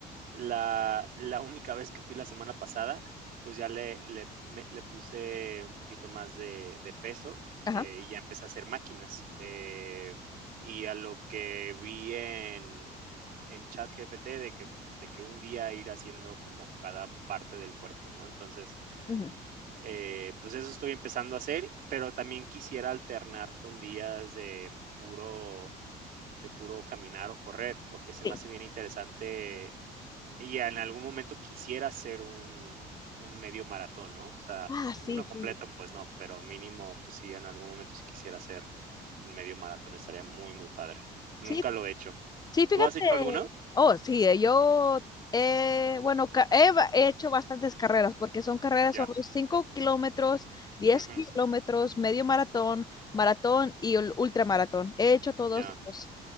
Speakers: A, on the right; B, on the left.
A: La la única vez que fui la semana pasada, pues, ya le le me le puse un poquito más de de peso,
B: Ajá.
A: eh, y ya empecé a hacer máquinas, eh, y a lo que vi en en ChatGPT de que de que un día ir haciendo como cada parte del cuerpo, ¿no? Entonces,
B: ujú,
A: eh, pues, eso estoy empezando a hacer, pero también quisiera alternar con días de puro de puro caminar o correr, porque se
B: Sí.
A: me hace bien interesante y en algún momento quisiera hacer un, un medio maratón, ¿no? O sea,
B: Ah, sí,
A: uno completo,
B: sí.
A: pues no, pero mínimo, pues sí, en algún momento si quisiera hacer un medio maratón estaría muy, muy padre. Nunca
B: Sí,
A: lo he hecho.
B: sí, fíjate.
A: ¿Tú has hecho alguno?
B: Oh, sí, eh, yo, eh, bueno, ca- he, ba- he hecho bastantes carreras, porque son carreras,
A: Ya.
B: son 5 kilómetros, diez
A: Ujú,
B: kilómetros, medio maratón, maratón y ul- ultramaratón. He hecho todos
A: Ya.
B: esos.